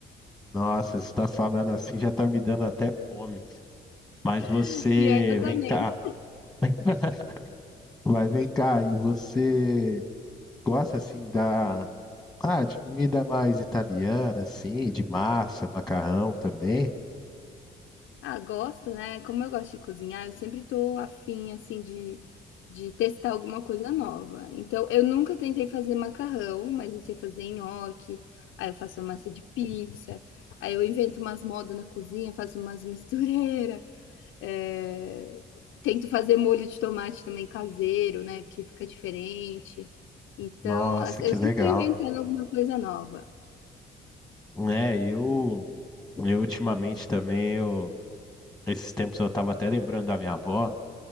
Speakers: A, in the centre; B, on the left.
A: Nossa, você está falando assim, já está me dando até fome. Mas você,
B: <laughs> Pior que eu também.
A: vem cá, <laughs> vai, vem cá, e você gosta assim da, ah, de comida mais italiana, assim, de massa, macarrão também?
B: Ah, gosto, né. Como eu gosto de cozinhar, eu sempre tô afim, assim, de de testar alguma coisa nova. Então, eu nunca tentei fazer macarrão, mas eu sei fazer nhoque, aí eu faço a massa de pizza, aí eu invento umas modas na cozinha, faço umas mistureira, <laughs> eh, tento fazer molho de tomate também caseiro, né, porque fica diferente. Então,
A: Nossa,
B: as
A: que
B: eu
A: legal.
B: sempre tô inventando alguma coisa nova.
A: É, eu, eu ultimamente também, eu, esses tempos eu tava até lembrando da minha avó,